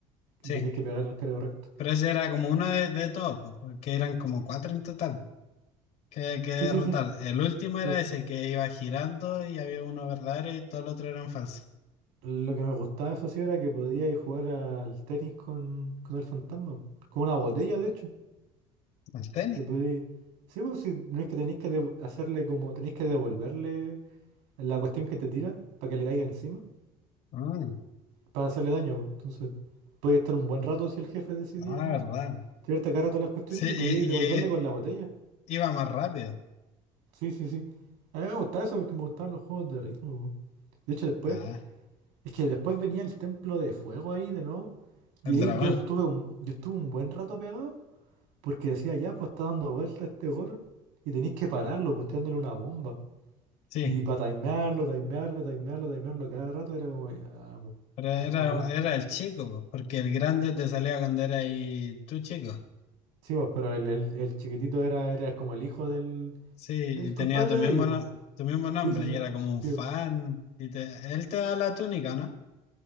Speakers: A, on the right; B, on the left.
A: Y
B: Sí.
A: tenéis que pegar al cara correcto.
B: Pero ese era como uno de, de todos, po, porque eran como cuatro en total que que derrotar.
A: Sí, sí, sí,
B: El último
A: sí,
B: era
A: sí.
B: ese que iba girando y había uno verdadero y todos los otros eran falsos.
A: Lo que me gustaba, eso sí, era que podía ir a jugar al tenis con, con el fantasma. Con una botella, de hecho.
B: El tenis.
A: Te podía ir- Sí, pues sí, no es que tenéis que dev- hacerle como... Tenéis que devolverle la cuestión que te tira para que le caiga encima.
B: Ah,
A: Para hacerle daño, pues. Entonces, podía estar un buen rato si el jefe decidía
B: ah, verdad.
A: tirarte cada rato las cuestiones
B: Sí,
A: y podíais
B: y, y-
A: devolverle
B: y
A: con la botella.
B: iba más rápido.
A: Sí, sí, sí. A mí me gustaba eso porque me gustaban los juegos de ritmo. pues. De hecho, después...
B: Ah.
A: Es que después venía el templo de fuego ahí de nuevo. Y
B: El
A: ahí
B: dragón,
A: yo estuve un, yo estuve un buen rato pegado porque decía, ya, pues está dando vuelta este Goron. Y tenéis que pararlo, posteándole una bomba.
B: sí.
A: Y para timearlo, timearlo, timearlo, timearlo cada rato era como, ya, po,
B: Pero era,
A: por favor.
B: era el chico, po, porque el grande te salía cuando era ahí tú chico.
A: Sí, po, pero el, el- el chiquitito era, era como el hijo del,
B: Sí,
A: del
B: y tenía
A: compadre
B: tu
A: de
B: mismo,
A: ellos, po.
B: no- tu mismo nombre
A: Sí, sí, sí.
B: y era como un
A: Sí,
B: fan.
A: po.
B: Y te, él te da la túnica, ¿no?